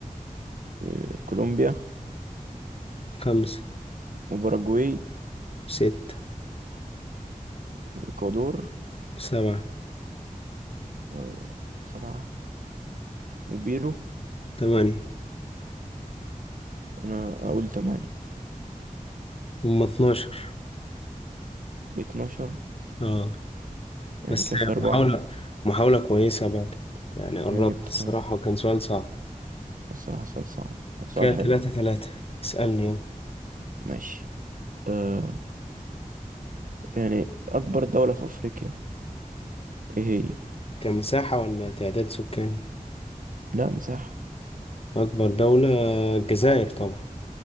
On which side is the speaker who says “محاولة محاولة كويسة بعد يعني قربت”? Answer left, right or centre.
Left